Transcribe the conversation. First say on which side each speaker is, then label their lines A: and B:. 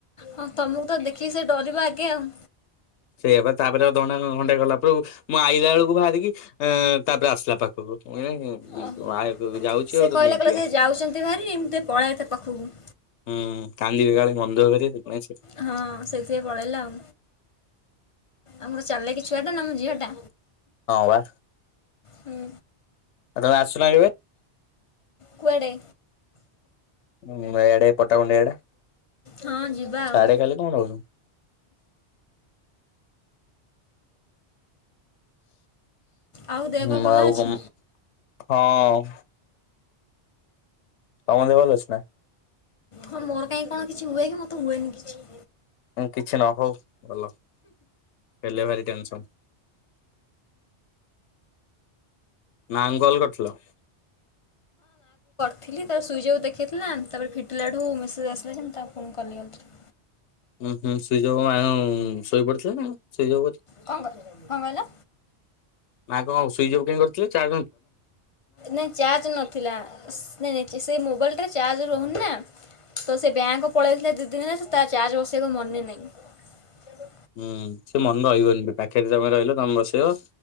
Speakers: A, on the left (about 40°); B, on the left (about 85°).
A: ହଁ ତମକୁ ତ ଦେଖିକି ସେ ଡରିବା ଆଗେ ଆଉ।
B: ସେୟା ବା ତାପରେ ଅଧ ଘଣ୍ଟା ଖଣ୍ଡେ ଘଣ୍ଟାଏ ଗଲା ପରକୁ ମୁଁ ଆଇଲା ବେଳକୁ ବାହାରିକି ଇଁ ତାପରେ ଆସିଲା ପାଖକୁ। କହିଲି
A: ଓ
B: ଯାଉଛି
A: ସେ
B: ଆଉ ତତେ
A: କହିଲା
B: ନେଇଯିବା।
A: କହିଲା ସେ ଯାଉଛନ୍ତି ଭାରି ମୁଁ ଟିକେ ପଳାଇ ତାଙ୍କ ପାଖକୁ।
B: ହୁଁ ତା ଦେଖ ପଳେଇଆସିବ।
A: ହଁ ସେଇଥିପାଇଁ ପଳେଇଲା ଆଉ ଆମର ଚାଲିକି ଛୁଆଟା ନା ଆମ ଝିଅଟା
B: ବା ଆଉ
A: ହୁଁ
B: ଆଉ ତମେ ଆସୁନା କେବେ?
A: କୁଆଡେ?
B: ଉଁ ଇଆଡେ ପଟ୍ଟାମୁଣ୍ଡାଇ ଆଡ଼େ।
A: ହଁ ଯିବା
B: ସାଡେ
A: ଆଉ।
B: ଖାଲି କଣ ରହୁଚୁ?
A: ଆଉ ଦେହ
B: ମୁଁ
A: ପା ଭଲ
B: ଆଉ
A: ଅଛି?
B: କଣ ହଁ। ତମ ଦେହ ଭଲ ଅଛି ନା?
A: ହଁ ମୋର କାଇଁ କଣ କିଛି ହୁଏ କି ମୋର ତ ହୁଏନି କିଛି।
B: କିଛି ନ ହଉ ଭଲ। ହେଲେ ଭାରି ଟେନସନ୍। ନାମ କଲ କରିଥିଲ?
A: ଥିଲି ତାପରେ ସୁଇଚ୍ ଅଫ୍ ଦେଖେଇଥିଲା, ତାପରେ ଫିଟିଲା ଠୁ ମେସେଜ୍ ଆସିଲା ଯେ ମୁଁ ତାକୁ ଫୋନ କଲି ଆଉଥରେ।
B: ହୁଁ ହୁଁ ସୁଇଚ୍ ଅଫ୍ ଆ ଶୋଇପଡିଥିଲା ନା ଆଉ ସୁଇଚ୍ ଅଫ୍ କରି
A: କଣ କ କଣ କହିଲ?
B: ମା କଣ ସୁଇଚ ଅଫ୍ କାଇଁ କରିଥିଲେ? ଚା
A: ନାଇଁ ଚାର୍ଜ ନଥିଲା। ନାଇଁ ନାଇଁ ସେଇ ମୋବାଇଲ ଟାରେ ଚାର୍ଜ ରହୁନି ନା, ତ ସେ ବ୍ୟାଙ୍କ ପଳେଇଥିଲେ ଦିଦିନ ହେଲା ତାର ଚାର୍ଜ ବସେଇବାକୁ ମନେ ନାହିଁ।
B: ହୁଁ ସିଏ ମନେ ରହିବନି ବା ପାଖରେ ତମେ ରହିଲେ ତମେ ବସେଇବ